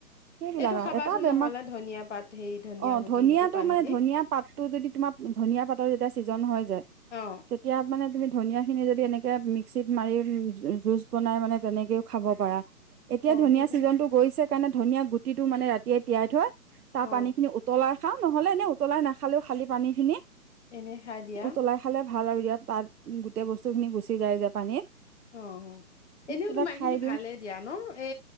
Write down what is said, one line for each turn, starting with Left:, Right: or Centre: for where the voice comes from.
Right: সেইবিলাক
Left: এইটো
Right: আৰু
Left: খাবাচোন
Right: এটা বেমাৰ
Left: নহ'লে ধনিয়া পাত হে ধনিয়া
Right: অ
Left: গুটি
Right: ধনিয়াটো
Left: সেইটো পানী
Right: মানে
Left: দি
Right: ধনিয়া পাতটো যদি তোমাৰ ধনিয়া পাতৰ যেতিয়া চিজন হয় যে
Left: অ
Right: তেতিয়া মানে তুমি ধনিয়া ধনিয়া খিনি যদি এনেকে মিক্সিত মাৰি জুচ বনাই মানে তেনেকেও খাব পাৰা। এতিয়া
Left: অ
Right: ধুনীয়া
Left: সেইটো
Right: ছিজনটো গৈছে সেইকাৰণে ধনিয়া গুটিটো মানে ৰাতিয়ে তিয়াই থয় তাৰ
Left: অ
Right: পানী খিনি উতলা- নহ'লে এনে উতলাই নাখালেও খালি পানী খিনি
Left: এনে খাই দিয়া
Right: উতলাই খালে ভাল আৰু ইয়াৰ পাত গোটেই বস্তু খিনি গুচি যায় যে পানীত
Left: অ এনেও
Right: তেতিয়া
Left: তো মাহখিনি
Right: খাই দিওঁ
Left: ভালে দিয়া ন এ